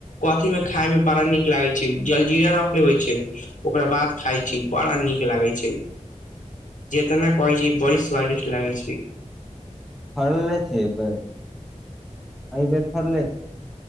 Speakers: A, on the left; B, in the centre.
A: कथी में खाय में बड़ा नीक लागे छै जलजीरा रख लेबे छै ओकरा बाद खाय छी बड़ा नीक लागे छै
B: <inaudible>
A: जेतना कहै छै बड़ी स्वादिष्ट लागै छै
B: फड़ले छै एहि बेर एहि बेेर फड़ले छै